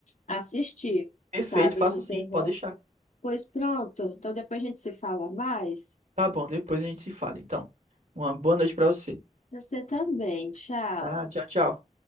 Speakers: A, on the left (about 65°); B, on the right (about 65°).
A: assistir,
B: Perfeito,
A: sabe,
B: faço
A: de
B: sim,
A: terror.
B: pode deixar.
A: Pois pronto, então depois a gente se fala mais.
B: Tá bom, depois a gente se fala, então. Uma boa noite pra você.
A: Você também, tchau.
B: Ah, tchau, tchau.